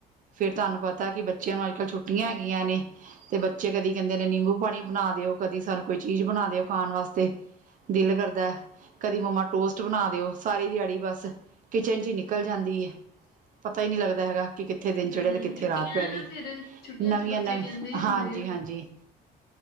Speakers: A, on the right; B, on the left.
A: ਫੇਿਰ ਤੁਹਾਨੂੰ ਪਤਾ ਕਿ ਬੱਚਿਆਂ ਨੂੰ ਅਲ ਛੁੱਟੀਆਂ ਹੈਗੀਆਂ ਨੇ ਤੇ ਬੱਚੇ ਕਦੀ ਕੈਂਦੇ ਨੇ ਨਿੰਬੂ ਪਾਣੀ ਬਣਾ ਦਿਓ ਕਦੀ ਸਾਨੂੰ ਕੋਈ ਚੀਜ਼ ਬਣਾ ਦਿਓ ਖਾਣ ਵਾਸਤੇ ਦਿਲ ਕਰਦਾ ਕਦੀ ਮੰਮਾ ਟੋਸਟ ਬਣਾ ਦਿਓ ਸਾਰੀ ਦੇਆੜੀ ਬਸ ਕਿਚਨ ਚ ਹੀ ਨਿਕਲ ਜਾਂਦੀ ਹੈ ਪਤਾ ਹੀ ਨੀ ਲੱਗਦਾ ਹੈਗਾ ਕਿ ਕਿੱਥੇ ਦਿਨ
B: ਹਮ
A: ਚੜਿਆ ਤੇ ਕਿੱਥੇ
B: ਛੁੱਟੀਆਂ
A: ਰਾਤ ਪੈ
B: ਆ
A: ਗਈ
B: ਨਾ ਫੇਰ ਛੁੱਟੀਆਂ
A: ਨਵੀਆਂ
B: ਚ ਬੱਚੇ
A: ਨਵ
B: ਕਹਿੰਦੇ ਹੀ ਹੁੰਦੇ
A: ਹਾਂਜੀ-ਹਾਂਜੀ।
B: ਆ